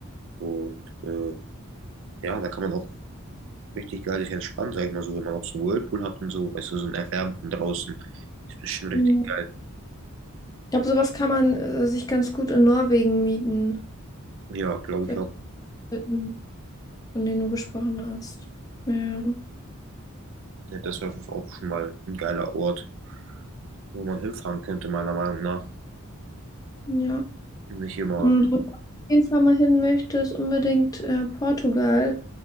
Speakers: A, on the right; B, on the left.
A: Und äh, ja, da kann man auch richtig geil sich entspannen, sag ich mal so, wenn man auch so einen Whirlpool hat und so, weißt du, so einen erwärmten draußen. Ist bestimmt richtig
B: Hm.
A: geil.
B: Ich glaube, sowas kann man äh, sich ganz gut in Norwegen mieten.
A: Ja, glaube
B: Solche
A: ich auch.
B: Hütten, von denen du gesprochen hast. Ja.
A: Ja, Das wäre auf jeden Fall auch schon mal ein geiler Ort, wo man hinfahren könnte, meiner Meinung nach.
B: Ja.
A: Nicht immer,
B: Und wo du auf jeden Fall mal hin möchtest, unbedingt äh, Portugal.